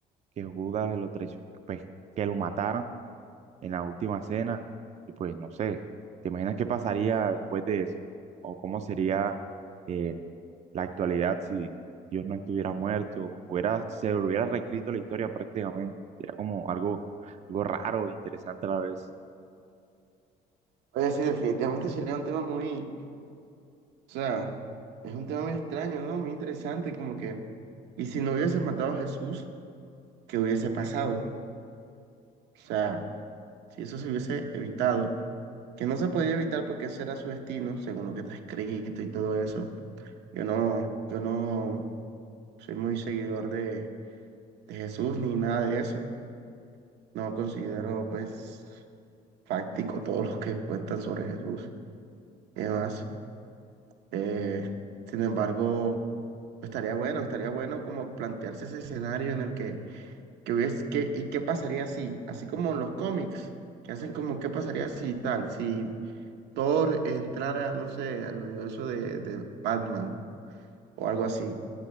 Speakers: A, on the right; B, on the right.
A: que Judas lo traicionara, pues que lo mataran en la última cena, y pues no sé, ¿te imaginas qué pasaría después de eso? ¿O cómo sería eh, la actualidad si Dios no estuviera muerto? Hubiera, se hubiera reescrito la historia prácticamente, sería como algo, algo raro, interesante a la vez.
B: Oye, sí, definitivamente sería un tema muy O sea, es un tema muy extraño, ¿no? Muy interesante, como que, ¿y si no hubiese matado a Jesús, qué hubiese pasado? O sea, si eso se hubiese evitado, que no se podía evitar porque ese era su destino, según lo que está escrito y todo eso. Yo no, yo no soy muy seguidor de, de Jesús ni nada de eso. No considero, pues, fáctico todo lo que cuentan sobre Jesús y demás. Eh, sin embargo, estaría bueno, estaría bueno como plantearse ese escenario en el que, que hubiese, que, y qué pasaría si, así como los cómics, que hacen como qué pasaría si tal, si Thor entrara, no sé, al universo de, de Batman o algo así.